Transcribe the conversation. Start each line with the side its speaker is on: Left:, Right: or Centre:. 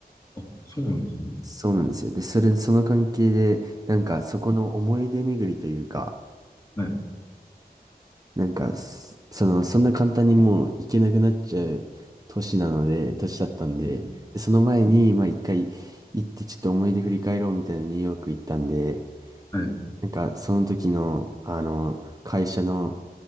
Left: あ、そうなんですね。
Right: そうなんですよ。で、それ、その関係で、なんかそこの思い出巡りというか、
Left: はい。
Right: なんかす、その、そんな簡単にもう行けなくなっちゃう年なので、年だったんで、
Left: うん
Right: で、その前に、まあ一回行ってちょっと思い出振り返ろうみたいなニューヨーク行ったんで、
Left: はい。
Right: なんかその時の、あの、会社の